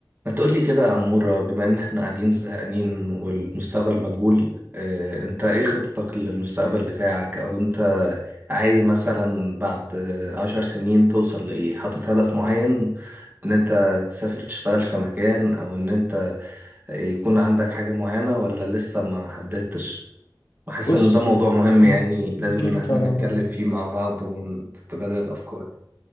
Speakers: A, on the right (about 25°); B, on the left (about 80°).
A: ما تقول لي كده يا عمورة بما ان احنا قاعدين زهقانين والمستقبل مجهول اه انت ايه خطتك للمستقبل بتاعك او انت عايز مثلا بعد آه، عشر سنين توصل لايه حاطط هدف معين ان انت تسافر تشتغل في مكان او ان انت يكون عندك حاجة معينة ولا لسه ما حددتش بحس
B: بص
A: ان ده موضوع مهم
B: مم.
A: يعني لازم
B: أكيد
A: ان احنا
B: طبعا
A: نتكلم
B: أه
A: فيه مع بعض ونتبادل الافكار